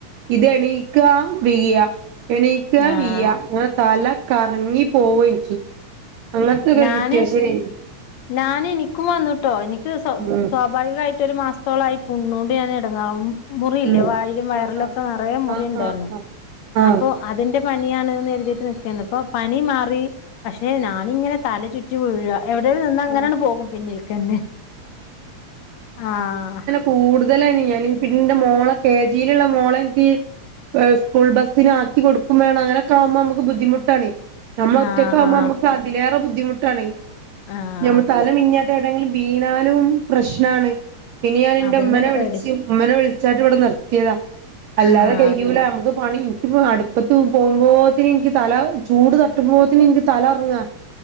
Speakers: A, on the right (about 75°); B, on the left (about 70°).
A: ഇത് എണീക്കാ വീഴാ എണീക്കാ
B: ആഹ്
A: വീഴാ ങ്ങനെ തല കർങ്ങി പോവ ഇൻക്ക് അങ്ങൻത്തൊക്കെ
B: നാന്
A: ഒരു സിറ്റുവേഷനേനി
B: നാന് ഇനിക്കും വന്നൂട്ടോ ഇനിക്ക് സാെ
A: ഉം
B: സോ ഭാവികായിട്ടാെര് മാസ് ത്തോളായി പുണ്ണാേണ്ട് ഞാൻ എടെങ്ങേറാവും മുറിയില്ലേ
A: ഉം
B: വായിലും വയറിലൊക്കെ
A: ആഹ് ആഹ്
B: നെറേ മുറിണ്ടായ്ര്ന്നു
A: ആഹ് ആഹ് ആഹ്
B: അപ്പൊ അതിന്റെ പനിയാണ്ന്ന് കെര്തീട്ട് നിക്കേന്നു പ്പൊ പനി മാറി പക്ഷെ നാനിങ്ങെനെ തല ചുറ്റിവീഴാ എവിടെലും നിന്നാ അങ്ങെനാണ്ട്
A: ആഹ്
B: പോകും പിന്നിൽക്കെന്നെ ആഹ്
A: കൂട്തെലെന്നേണ് പിന്നെന്റെ മോളെ കെജീല്ള്ളെ മോളെ ൻക്ക് ഏഹ് സ്കൂൾ ബസ്സിനാക്കി കൊട്ക്കും വേണം അങ്ങെനെക്കെ ആവുമ്പം അമ്മക്ക് ബുദ്ധിമുട്ടാണേ ഞമ്മളൊറ്റക്കാവുമ്പോ
B: ആഹ് ആഹ്
A: നമുക്ക് അതിലേറെ ബുദ്ധിമുട്ടാണ്
B: ആഹ്
A: ഞാം തലമിന്ന്യാട്ടേടെങ്കിലും വീണാലും പ്രശ്നാണ് പിന്നെ ഞാന് ന്റെ
B: അതന്നെയാണ്
A: ഉമ്മനെ വിളിച്ചു
B: പേടി
A: മ്മനെ വിളിച്ചാട്ട് ഇവിടെ നിർത്തിയതാ അല്ലാതെ
B: ആഹ്
A: കെയ്യൂല ഞമ്മക്ക് പണിം ഇപ്പ അട്പ്പത്ത് പോവുമ്പോത്തിനിനിക്ക് തല ചൂട് തട്ടുമ്പോത്ത്ന് ഇൻക്ക് തലർങ്ങാ